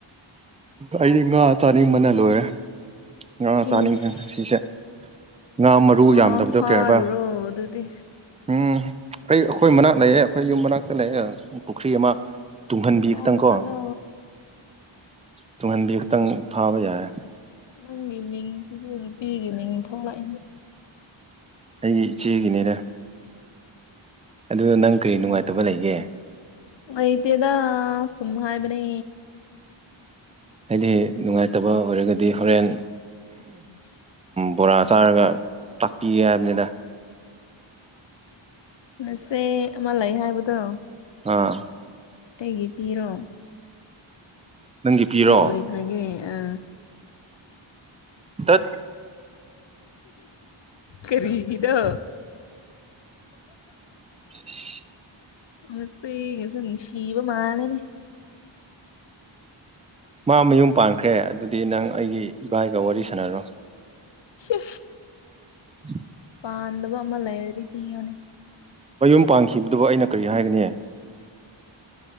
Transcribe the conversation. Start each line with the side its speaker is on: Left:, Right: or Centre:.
Right: ꯑꯩꯗꯤ ꯉꯥ ꯆꯥꯅꯤꯡ ꯃꯅ ꯂꯣꯏꯔꯦ ꯑ
Left: ꯏꯁ
Right: ꯆꯥꯂꯤ ꯊ ꯁꯤꯁꯦ ꯉꯥ ꯃꯔꯨ
Left: ꯉꯥ
Right: ꯌꯥꯝꯗꯕꯗꯣ
Left: ꯐꯥꯔꯨꯔꯣ
Right: ꯀꯩ ꯍꯥꯏꯔꯕ
Left: ꯑꯗꯨꯗꯤ
Right: ꯎꯝ ꯑꯩ ꯑꯩꯈꯣꯏ ꯃꯅꯥꯛ ꯂꯩꯌꯦꯦ ꯑꯩꯈꯣꯏ ꯌꯨꯝ ꯃꯅꯥꯛꯇ ꯂꯩꯦ ꯄꯨꯈ꯭ꯔꯤ ꯑꯃ ꯇꯨꯡꯍꯟꯕꯤ
Left: ꯐꯥꯕ
Right: ꯈꯛꯇꯪ ꯀꯣ
Left: ꯆꯠꯂꯣ
Right: ꯇꯨꯡꯍꯟꯕꯤ ꯈꯛꯇꯪ ꯐꯥꯕ ꯌꯥꯏ
Left: ꯅꯪꯒꯤ ꯃꯤꯡꯁꯤꯁꯨ ꯅꯨꯄꯤꯒꯤ ꯃꯤꯡ ꯊꯣꯛꯂꯛꯏꯅꯦ
Right: ꯑꯩꯒꯤ ꯏꯆꯦꯒꯤꯅꯦꯔ ꯑꯗꯨ ꯅꯪ ꯀꯔꯤ ꯅꯨꯡꯉꯥꯏꯇꯕ ꯂꯩꯒꯦ
Left: ꯑꯩꯗꯤꯦꯗ ꯁꯨꯃ ꯍꯥꯏꯕꯅꯤ
Right: ꯍꯥꯏꯗꯤ ꯅꯨꯡꯉꯥꯏꯇꯕ ꯑꯣꯏꯔꯒꯗꯤ ꯍꯣꯔꯦꯟ
Left: ꯎꯝ
Right: ꯕꯣꯔꯥ ꯆꯥꯔꯒ ꯇꯥꯛꯄꯤꯒꯦ ꯍꯥꯏꯕꯅꯤꯅ
Left: ꯅꯁꯦ ꯑꯃ ꯂꯩ ꯍꯥꯏꯕꯗꯣ
Right: ꯑꯥ
Left: ꯀꯩꯒꯤ ꯄꯤꯔꯣ
Right: ꯅꯪꯒꯤ ꯄꯤꯔꯣ
Left: ꯁꯤꯤ ꯑꯣꯏꯈꯒꯦ ꯑ
Right: ꯇꯠ
Left: ꯀꯔꯤꯗ
Right: <inaudible>
Left: ꯃꯁꯦ ꯁꯤꯕ ꯃꯥꯅꯅꯦ
Right: ꯃꯥ ꯃꯌꯨꯝ ꯄꯥꯟꯈ꯭ꯔꯦ ꯑꯗꯨꯗꯤ ꯅꯪ ꯑꯩꯒꯤ ꯏꯕꯥꯏꯒ ꯋꯥꯔꯤ ꯁꯥꯟꯅꯔꯣ
Left: ꯁ
Right: ꯎꯝ
Left: ꯑ ꯑꯟꯗꯕꯃ ꯂꯩꯕꯔꯤ ꯄ ꯑꯃꯅꯤꯅꯤ
Right: ꯃꯌꯨꯝ ꯄꯥꯟꯈꯤꯕꯗꯨꯕꯨ ꯑꯩꯅ ꯀꯔꯤ ꯍꯥꯏꯒꯅꯤ